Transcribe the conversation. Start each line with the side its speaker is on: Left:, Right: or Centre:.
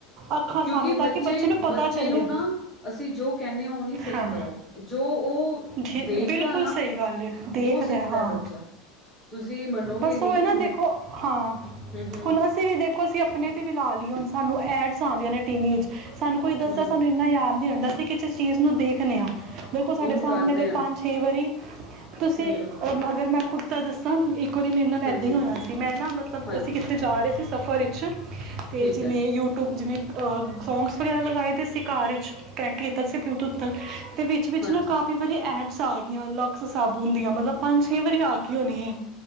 Right: ਅੱਖਾਂ
Centre: ਕਿਉਂਕਿ
Right: ਸਾਹਮਣੇ ਤਾਂ ਕਿ ਬੱਚੇ ਨੂੰ ਪਤਾ
Centre: ਬੱਚੇ
Right: ਚੱਲੇ
Centre: ਨੂੰ ਨਾ ਅਸੀਂ ਜੋ ਕਹਿੰਦੇ ਹਾਂ ਉਹ ਨਹੀਂ ਸਿੱਖਦਾ
Right: ਹਾਂ।
Centre: ਉਹ ਜੋ ਉਹ
Right: ਥੀ
Centre: ਦੇਖਦਾ
Right: ਬਿਲਕੁਲ
Centre: ਨਾ
Right: ਸਈ ਗੱਲ ਏ ਦੇਖਦਾ
Centre: ਉਹ ਸਿੱਖਦਾ
Right: ਹਾਂ।
Centre: ਹੈ ਬੱਚਾ ਤੁਸੀਂ ਮੰਨੋਗੇ
Right: ਬਸ
Centre: ਨੀ
Right: ਓਹ ਐ ਨਾ
Centre: ਮੇ
Right: ਦੇਖੋ ਹਾਂ,
Centre: ਹਮ ਹਮ
Right: ਹੁਣ ਅਸੀਂ ਵੀ ਦੇਖ ਦੇਖੋ ਅਸੀਂ ਆਪਣੇ ਤੇ ਵੀ ਲਾ ਲਈ ਹੁਣ ਸਾਨੂੰ ਐਡਸ ਆਦੀਆਂ ਨੇ ਟੀ ਵੀ ਵਿੱਚ ਸਾਨੂੰ ਕੋਈ ਦੱਸਦਾ
Centre: ਹਮ
Right: ਸਾਨੂੰ ਐਨਾ ਯਾਦ ਨੀ ਰਹਿੰਦਾ ਸੀ ਕਿ ਕਿਸੇ ਚੀਜ਼ ਨੂੰ ਦੇਖਦੇ ਆ ਦੇਖੋ ਸਾਡੇ
Centre: ਉਹਨੂੰ
Right: ਸਾਮਣੇ
Centre: ਕਰਦੇ
Right: ਅਗਰ
Centre: ਹਾਂ
Right: ਪੰਜ ਛੇ ਵਾਰੀ ਤੁਸੀਂ
Centre: ਹਮ
Right: ਅਗਰ ਮੈਂ ਖੁਦ ਦਾ ਦੱਸਾਂ ਇੱਕ ਵਾਰੀ ਮੇਰੇ ਨਾਲ ਏਦਾਂ
Centre: ਹਾਂਜੀ
Right: ਈ ਹੋਇਆ ਸੀ ਮੈਂ ਨਾ ਮਤਲਬ
Centre: ਹਾਂਜੀ
Right: ਅਸੀਂ ਕਿੱਥੇ ਜਾ ਰੇ ਸੀ ਸਫ਼ਰ ਵਿੱਚ ਤੇ
Centre: ਠੀਕ
Right: ਜਿਵੇਂ
Centre: ਹੈ
Right: ਯੂਟਿਊਬ ਜਿਵੇਂ ਅ ਫੋਂਸ ਵਗੈਰਾ ਲਗਾਏ ਦੇ ਸੀ ਕਾਰ ਈਚ, ਕਨੈਕਟ ਕੀਤਾ ਸੀ ਬਲੂਟੂਥ ਨਾਲ, ਤੇ ਵਿੱਚ ਵਿੱਚ
Centre: ਹਾਂਜੀ
Right: ਨਾ ਕਾਫ ਕਈ ਵਾਰੀ ਐਡਸ ਆ ਗਈਆਂ ਲਕਸ ਸਾਬੁਨ ਦੀਆਂ ਮਤਲਬ ਪੰਜ ਛੇ ਵਾਰੀ ਆ ਗਈ ਹੋਣੀ ਏ